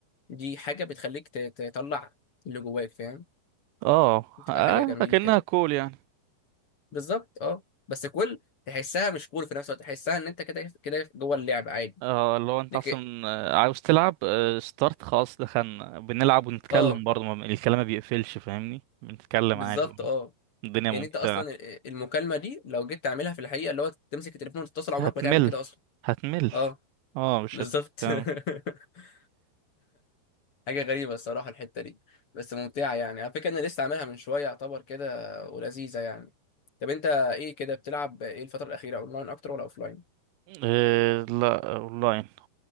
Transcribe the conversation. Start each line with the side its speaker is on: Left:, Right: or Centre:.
Left: دي حاجه بتخليك ت- تطلع اللي جواك فاهم
Right: اه
Left: بتبقى
Right: آه،
Left: حاجه جميله
Right: اكنها
Left: كده
Right: كول يعني
Left: بالظبط اه بس كل تحسها مش كول في نفس الوقت تحسها ان انت كده كده جوه اللعب عادي
Right: اه اللي هو انت
Left: لكن
Right: اصلا آه، عاوز تلعب آه، ستارت خلاص دخلنا بنلعب ونتكلم
Left: اه
Right: برضه ما- الكلام ما بيقفلش فاهمني بنتكلم
Left: بالظبط
Right: عادي
Left: اه
Right: الدنيا
Left: يعني
Right: ممتعة
Left: انت اصلا ال- المكالمه دي لو جيت تعملها في الحقيقه اللي هو تمسك التليفون وتتصل عمرك
Right: هتمل
Left: ما تعمل كده اصلا
Right: هتمل
Left: اه
Right: اه مش
Left: بالظبط
Right: هتكلم
Left: <laughs> حاجه غريبه الصراحه الحته دي بس ممتعه يعني على فكره انا لسه عاملها من شويه يعتبر كده ولذيذه يعني طب انت ايه كده بتلعب ايه الفتره الاخيره اونلاين اكتر ولا اوفلاين
Right: إيه لا اونلاين